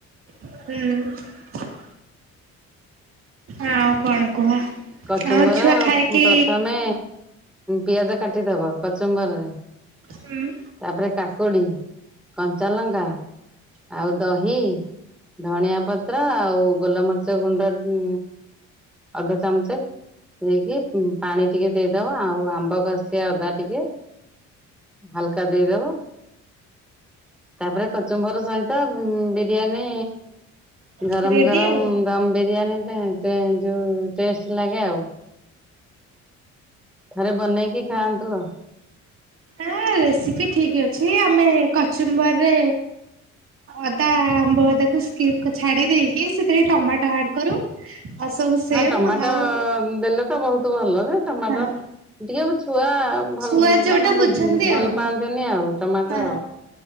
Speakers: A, on the right; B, in the centre.
A: ହୁଁ। ଆଉ କଣ କୁହ?
B: କଚୁମ୍ବର
A: ଆଉ ଛୁଆ ଖାଇକି
B: ପ୍ରଥମେ। ପିଆଜ କାଟିଦବ କଚମ୍ବରରେ। ତାପରେ
A: ହୁଁ
B: କାକୁଡି, କଞ୍ଚାଲଙ୍କା ଆଉ ଦହି। ଧଣିଆ ପତ୍ର ଆଉ ଗୋଲମରିଚ ଗୁଣ୍ଡ ଉ ଅଧ ଚାମ୍ଚେ। ଦେଇକି ପାଣି ଟିକେ ଦେଇଦବ ଆଉ ଆମ୍ବ କଷିଆ ଅଦା ଟିକେ ହାଲକା ଦେଇଦବ ତାପରେ କଚମ୍ବର ସହିତ ବିରିୟାନୀ
A: ରେଡି
B: ଗରମ ଗରମ
A: ଆଉ।
B: ଦମ ବିରିୟାନୀ। ଯେ ତେ ଯୋଉ ଟେଷ୍ଟ ଲାଗେ ଆଉ। ଥରେ ବନେଇକି ଖାଆନ୍ତୁ ଆଉ।
A: ନା ରେସିପି ଠିକ ଅଛି ଆମେ କଚୁମ୍ବରରେ ଅଦା ଆମ୍ବ ଅଦାକୁ ସ୍କି ଛାଡି ଦେଇକି ସେଥିରେ ଟମାଟୋ ଆଡ କରୁ ଆଉ ସବୁ ସେମ୍
B: ହଁ ଟମାଟୋ
A: ଆଉ
B: ଦେଲେ ତ ବହୁତ ଭଲ ସେ ଟମାଟୋ
A: ହଁ
B: ଟିକେ ଛୁଆ ଭଲ
A: ଛୁଆ ଯୋଉଟା
B: ମାନେ ଵୁଝ୍
A: ବୁଝନ୍ତି
B: ଭଲ
A: ଆଉ।
B: ପାଆନ୍ତିନି ଆଉ। ଟମାଟୋ
A: ହଁ
B: ଆଉ।